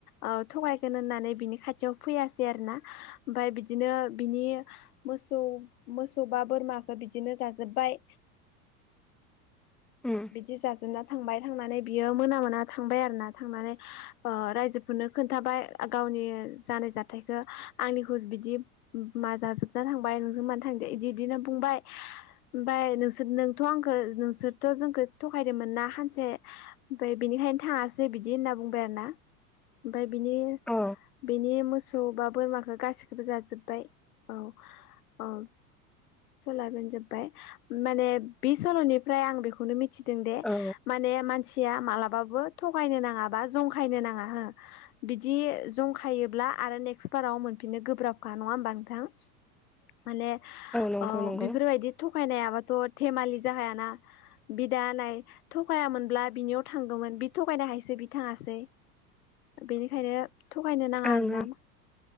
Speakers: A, on the left (about 65°); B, in the centre.
A: ओ थगायगोन होननानै बिनि खाथियाव फैयासै आरो ना। ओमफफ्राय बिदिनो बिनि मोसौ मोसौ बा बोरमाखो बिदिनो जाजोब्बाय
B: उम
A: बिदि जाजोबना थांबाय थांनानै बियो मोना मोना थांबाय आरो ना थांनानै रायजो खौनो खोन्थाबाय गावनि जानाय जाथायाइखौ आंनिखौ बिदि मा जाजोबना थांबाय नोंजों मानो थांदो बिदि बिदिनो बुंबाय ओमफफ्राय नोंसोर नोंथ' आंखौ नोंसोरथ' जोंखौ थगायदोंमोन ना सानसे ओमफफ्राय बिनिखायनो थाङासै बिदि होनना बुंबाय आरोना ओमाय बिनि
B: अ
A: बेनि मोसौ बा बोरमाखौ गासैखौबो जाजोब्बाय औ औ सलाबोन जोबबाय माने बे सल'निफ्राय आं बेखौ नो मिथि दोंदे
B: औ
A: माने म मानसिया मालाबाबो थगायनो नाङा बा जंखायनो नाङा हो बिदि जंखायोब्ला आरो नेक्स्ट बाराव मोनफिननो गोब्राबखा नङा होमबा नोंथां? माने
B: नंगौ
A: औ
B: नंगौ
A: बेफोरबायदि थगायनायाबाथ' धेमालि जाखायाना बिदा नाय थगायामोनब्ला बिनियाव थांगौमोन बि थगायनो हायसो बि थाङासै बेनिखायनो थगायनो नाङा
B: ओं
A: आरो
B: ओं
A: ना